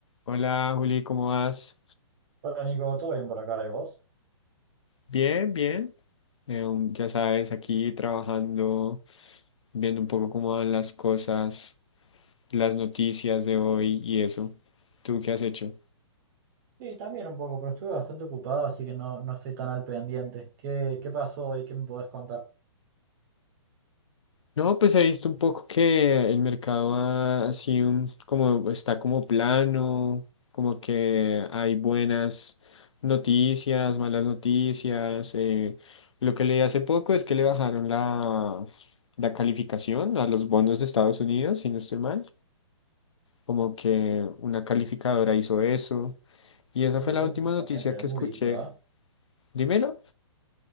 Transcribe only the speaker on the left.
Hola Juli, ¿cómo vas?
Bien, bien. Eh, um, ya sabes, aquí trabajando, viendo un poco cómo van las cosas, las noticias de hoy y eso. ¿Tú qué has hecho?
No, pues he visto un poco que el mercado ha, ha sido un- como está como plano, como que hay buenas noticias, malas noticias. eh, Lo que leí hace poco es que le bajaron la, la calificación a los bonos de Estados Unidos, si no estoy mal. como que una calificadora hizo eso. Y esa
fue
la última
noticia
que
escuché.
Dímelo.